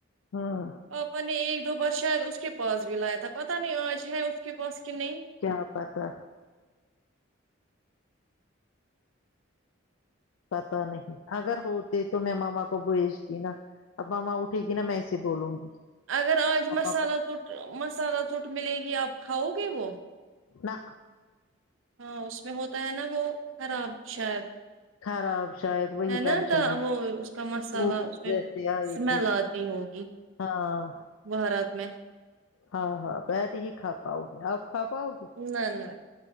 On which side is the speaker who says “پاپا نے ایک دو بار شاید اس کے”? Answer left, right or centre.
Right